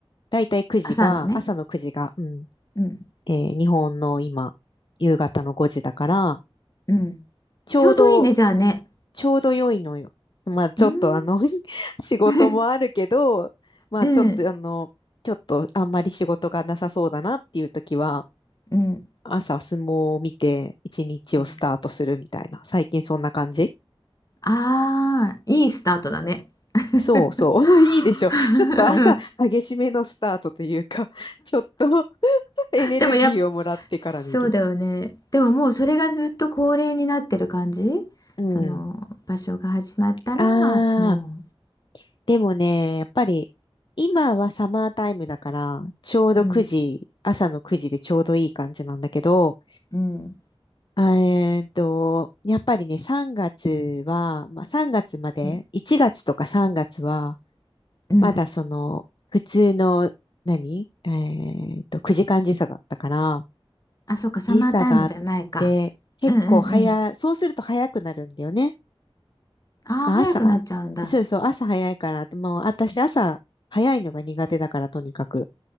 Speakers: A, on the left (about 55°); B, on the left (about 40°).
A: だいたい9時が、
B: 朝のね。
A: 朝の9時が、うん、
B: うん、
A: えー日本の今、夕方の5時だから、
B: うん、
A: ちょうど
B: ちょうどいいね、じゃあね。
A: ちょうど良いのよ。まあちょっとあの
B: うーん。
A: <laughs> 仕事もあるけど、
B: <laughs>
A: まあちょっとあの、
B: うん。
A: ちょっとあんまり仕事がなさそうだなっていう時は、
B: うん、
A: 朝相撲を見て一日をスタートするみたいな。
B: うん
A: 最近そんな感じ
B: ああ、いいスタートだね。<laughs>
A: そうそう。<laughs> いいでしょ。ちょっと朝激しめのスタートというか、ちょっと <laughs> エネルギーをもらってから見る。
B: でもやっ、そうだよね。でももうそれがずっと恒例になってる感じその場所が始まったら相撲。
A: うん。ああ。でもね、やっぱり、今はサマータイムだから、ちょうど9時、
B: うん、
A: 朝の9時でちょうどいい感じなんだけど、
B: うん、
A: あえーっと、やっぱりね、3月は、まあ、3月まで、
B: うん、
A: 1月とか3月は、
B: うん。
A: まだその、普通の、何えーっと、9時間時差だったから、
B: あ、そうか、サマータイムじゃないか。
A: 時差があって、結構早、
B: うんうんうん。
A: そうすると早くなるんだよね。
B: ああ、
A: まあ、
B: 早くなっちゃうんだ。
A: 朝、そうそう、朝早いから、もう私朝早いのが苦手だから、とにかく。